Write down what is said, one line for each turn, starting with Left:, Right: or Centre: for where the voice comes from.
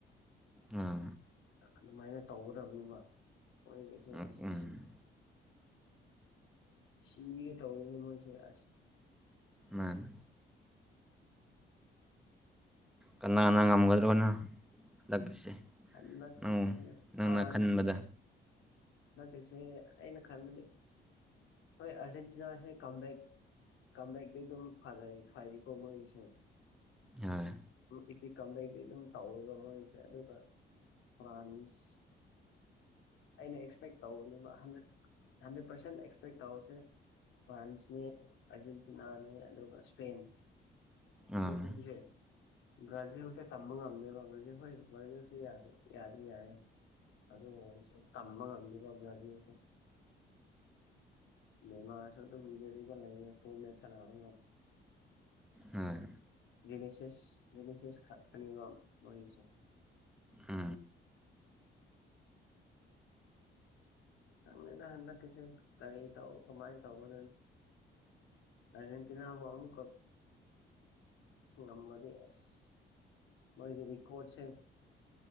Centre: ꯑ
Left: ꯑꯗꯨꯃꯥꯏꯅ ꯇꯧꯒꯗꯕꯅꯤꯕ ꯃꯣꯏꯒꯤꯩꯁꯦ
Centre: ꯎꯝ
Left: ꯑꯁ ꯁꯤꯒ ꯇꯧꯔꯤꯅꯦ ꯃꯣꯏꯁꯦ ꯑꯁ
Centre: ꯃꯥꯅꯦ ꯀꯅꯥ ꯀꯟꯅ ꯉꯝꯒꯗ꯭ꯔꯣꯅ ꯍꯟꯗꯛꯀꯤꯁꯦ
Left: ꯍꯟꯂꯀꯤꯁꯦ
Centre: ꯑꯧ
Left: ꯐ꯭ꯔꯥꯟꯁ
Centre: ꯅꯪꯅ ꯈꯟꯕꯗ
Left: ꯑꯁꯦ ꯑꯩꯅ ꯈꯔ ꯑꯔꯖꯦꯟꯇꯤꯅꯥꯁ ꯀꯝꯕꯦꯛꯦꯛ ꯀꯝꯕꯦꯛꯗꯤ ꯑꯗꯨꯝ ꯐꯖꯩ ꯐꯥꯏꯩ ꯀꯃ ꯑꯣꯏꯁ
Centre: ꯍꯣꯏ
Left: ꯏꯄꯤꯤ ꯀꯝꯗꯩꯗꯤ ꯑꯗꯨꯝ ꯇꯧꯋꯦꯕ ꯃꯣꯏꯁꯦ ꯑꯗꯨꯒ ꯐ꯭ꯔꯥꯟꯁ ꯑꯩꯅ ꯑꯦꯛꯁꯄꯦꯛ ꯇꯧꯅꯦꯕ ꯍꯟꯗ꯭ꯔꯦꯠ ꯍꯟꯗ꯭ꯔꯦꯠ ꯄꯥꯔꯁꯦꯟ ꯑꯦꯛꯁꯄꯦꯛ ꯇꯧꯁꯦ ꯐ꯭ꯔꯥꯟꯁꯅꯦ ꯑꯔꯖꯦꯟꯇꯤꯅꯥꯅꯦ ꯑꯗꯨꯒ ꯁꯄꯦꯟ
Centre: ꯑꯥ
Left: ꯁꯤꯁꯤꯡꯈꯨꯝꯁꯦ ꯕ꯭ꯔꯥꯖꯤꯜꯁꯦ ꯇꯝꯕ ꯉꯝꯅꯦꯕ ꯕ꯭ꯔꯥꯖꯤꯜ ꯍꯣꯏ ꯕ꯭ꯔꯥꯖꯤꯜꯁꯦ ꯌꯥꯗ꯭ꯔ ꯌꯥꯔꯦ ꯑ ꯍꯁꯨ ꯇꯃ ꯉꯜꯂꯤꯕꯕꯌꯥꯁꯤꯗꯁꯦ ꯃꯃꯁꯨꯗꯗꯤꯒ ꯂꯩꯒꯦ ꯐꯨꯟꯅ ꯁꯔꯕ
Centre: ꯍꯣꯏ
Left: ꯉꯦ ꯅꯤꯁꯤꯁ ꯅꯤꯁꯤꯁ ꯈ ꯈꯅꯤ ꯋꯥ ꯃꯁ
Centre: ꯑ
Left: ꯃꯦꯗ ꯍꯟꯗꯛ ꯀꯁꯦ ꯀꯔꯤ ꯇꯧ ꯀꯃꯥꯏꯅ ꯇꯧꯕ ꯅ ꯑꯔꯖꯦꯟꯇꯤꯅꯥ ꯍ ꯑꯃꯨꯛꯀ ꯁ ꯉꯝꯕꯒꯤ ꯑꯁ ꯃ ꯀꯗꯤ ꯀꯣꯠꯁꯦ